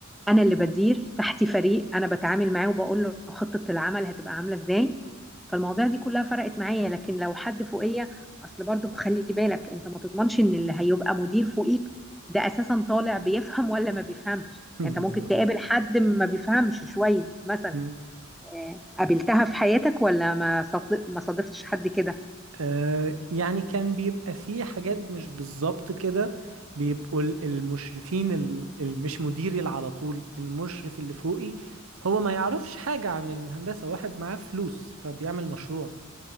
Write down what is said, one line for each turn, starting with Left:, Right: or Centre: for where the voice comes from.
Centre: انا اللي بدير تحتي فريق انا بتعامل معاه وبقول له خطه العمل هتبقى عامله ازاي فالمواضيع دي كلها فرقت معايا لكن لو حد فوقيه اصل برضو خلي بالك انت ما تضمنش ان اللي هيبقى مدير فوقيك ده اساسا طالع بيفهم ولا ما بيفهمش
Right: <laughs> بالظبط
Centre: يعني انت ممكن تقابل حد ما بيفهمش شويه مثلا
Right: مم.
Centre: آه، قابلتها في حياتك ولا ما صادف- ما صادفتش حد كده
Right: آه يعني كان بيبقى فيه حاجات مش بالظبط كده بيبقوا ال- المشرفين اللي مش مديري اللي على طول المشرف اللي فوقي هو ما يعرفش حاجة عن الهندسة واحد معاه فلوس فبيعمل مشروع